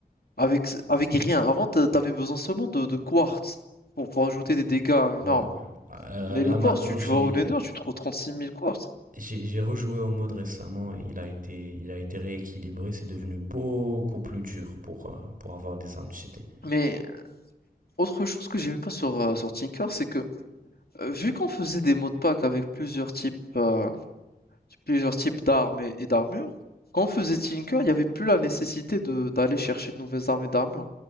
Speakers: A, on the left; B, on the right.
A: avec, avec rien. Avant, t'a- t'avais besoin seulement de, de quartz pour, pour ajouter des dégâts à une
B: Ouais.
A: arme.
B: Euh,
A: Mais
B: là
A: le quartz,
B: maintenant
A: tu,
B: j'ai
A: tu vas au Nether, tu trouves trente-six mille quartz.
B: j'ai j'ai rejoué au mode récemment et il a été il a été rééquilibré. C'est devenu beaucoup plus dur pour euh, pour avoir des armes cheatées.
A: Mais autre chose que j'aimais pas sur, euh, sur Tinker, c'est que Euh, vu qu'on faisait des mots de pack avec plusieurs types, euh, plusieurs types d'armes et, et d'armures, quand on faisait Tinker, il n'y avait plus la nécessité de d'aller chercher de nouvelles armes et d'armures.